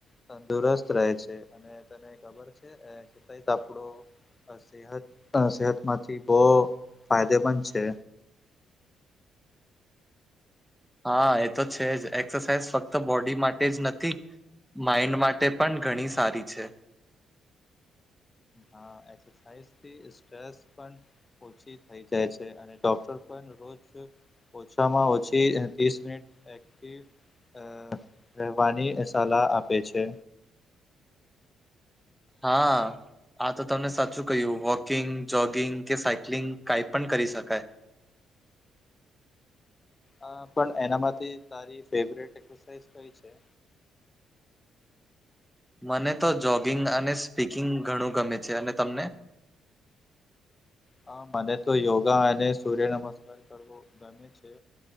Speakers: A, on the left; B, in the centre.
A: તંદુરસ્ત રહે છે અને તને <unintelligible> એક્સરસાઈઝ આપડો સેતત અ સેહતમાંથી બો ફાયદેમંદ છે.
B: હા એ તો છે જ એક્સરસાઈઝ ફક્ત બોડી માટે જ નથી. માઈન્ડ માટે પણ ઘણી સારી છે.
A: હા એક્સરસાઈઝથી સ્ટ્રેસ પણ ઓછી થઈ જાય છે અને ડોક્ટર પણ રોજ ઓછામાં ઓછી ત્રીસ મિનિટ એક્ટિવ અ રહેવાની સલાહ આપે છે.
B: હા. આ તો તમને સાચું કહ્યું વોકિંગ, જોગિંગ કે સાયક્લિંગ કાઈ પણ કરી શકાય.
A: હા પણ એનામાંથી તારી ફેવરિટ એક્સસાઈઝ કઈ છે?
B: મને તો જોગિંગ અને સ્પીકિંગ ઘણું ગમે છે અને તમને?
A: હા મને તો યોગા અને સૂર્ય નમસ્કાર કરવો ગમે છે.